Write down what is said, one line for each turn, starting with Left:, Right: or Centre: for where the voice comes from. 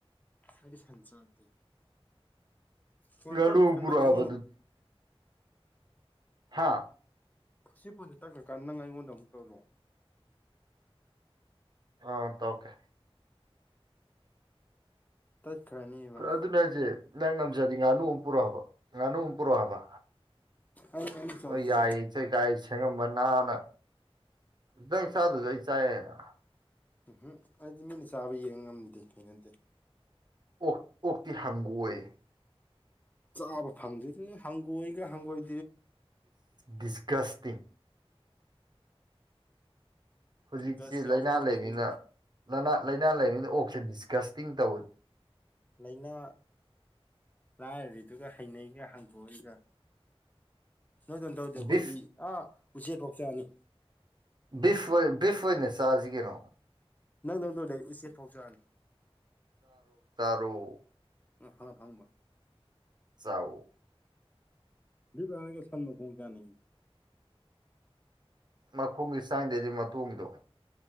Left: ꯑ ꯁꯁꯥꯇ ꯍꯪꯀ
Right: ꯉꯥꯅꯨ
Left: ꯀ
Right: ꯄꯨꯔꯛꯑꯕ
Left: ꯉꯥꯏꯣꯣ
Right: ꯍꯥꯥ
Left: ꯈꯨꯠꯁꯤ ꯄꯨꯣꯟꯁꯤ ꯇꯛꯈ꯭ꯔꯀꯥꯟꯗ ꯅꯪ ꯑꯩꯉꯣꯟꯗ ꯑꯃꯨꯛ ꯇꯧꯔꯛꯑꯣ
Right: ꯑ ꯇ ꯑꯣꯀꯦ
Left: ꯇꯠꯈ꯭ꯔꯅꯦꯕ
Right: ꯑꯗꯨꯅꯦ ꯍꯥꯏꯁꯦ ꯅꯪ ꯉꯝꯖꯔꯤꯉ ꯉꯥꯅꯨ ꯑꯃꯨꯛ ꯄꯨꯔꯛꯑꯕ ꯉꯥꯅꯨ ꯄꯨꯔꯛꯑꯕ
Left: ꯑꯩ ꯑꯃ ꯆꯥꯗꯦ
Right: ꯅꯣꯏ ꯌꯥꯏꯌꯦ ꯏꯆꯩ ꯀꯥꯏ ꯁ ꯁꯦꯝꯉꯝꯕꯅ ꯅꯥꯅ ꯇꯪ ꯆꯗꯁꯨ ꯑꯩ ꯆꯥꯏ ꯍꯥꯏꯅ
Left: ꯎꯝꯝ ꯑꯩꯗꯤ ꯃꯤꯅ ꯆꯥꯕ ꯌꯦꯡ ꯉꯝꯗꯦ ꯀꯩꯅꯗꯦ
Right: ꯑꯣꯛꯇ ꯍꯪꯒꯣꯏ
Left: ꯆꯥꯕ ꯐꯪꯗꯦ ꯑꯗꯨ ꯍꯪꯒꯣꯏꯒ ꯍꯪꯒꯣꯏ
Right: ꯗꯤꯁꯒꯁꯇ ꯍꯧꯖꯤꯛꯁꯤ
Left: ꯗꯁ ꯌꯥꯎꯁꯤꯟꯗ꯭ꯔꯤꯗꯨꯒ
Right: ꯂꯥꯏꯅꯥ ꯂꯩꯃꯤꯅ ꯂꯅꯥ ꯂꯥꯏꯅꯥ ꯂꯩꯃꯤꯅ ꯑꯣꯛꯁꯦ ꯗꯤꯁꯀꯁ ꯇꯤꯡ ꯇꯧ
Left: ꯂꯥꯏꯅꯥ ꯂꯥꯏꯔꯔꯤꯗꯨ ꯍꯩꯅꯩꯒ ꯍꯥꯡꯗꯣꯛꯏꯒ ꯅꯣꯏꯗꯝ ꯇꯧꯗꯦ
Right: ꯕꯤꯐ
Left: ꯑꯩꯈꯣꯏꯗꯤ ꯑꯥ ꯎꯆꯦꯛ ꯐꯥꯎ ꯆꯥꯅꯤ
Right: ꯕꯤꯐ ꯕꯤꯐ ꯑꯣꯏꯅ ꯆꯥꯁꯤ ꯀꯩꯅꯣ
Left: ꯅꯪ ꯅꯪꯗꯧ ꯂꯗꯥꯏ ꯎꯆꯦꯛ ꯐꯥꯎꯖꯅꯤ
Right: ꯇꯣ
Left: ꯎ ꯐꯉ ꯐꯪꯕ
Right: ꯆꯥꯎꯎ
Left: ꯕꯔꯒ ꯁꯝꯅꯨ ꯄꯣꯆꯥꯅꯤꯡ
Right: ꯃꯈꯨꯝꯒꯤ ꯆꯥꯡꯗꯩꯗꯤ ꯃꯇꯨꯡꯗꯣ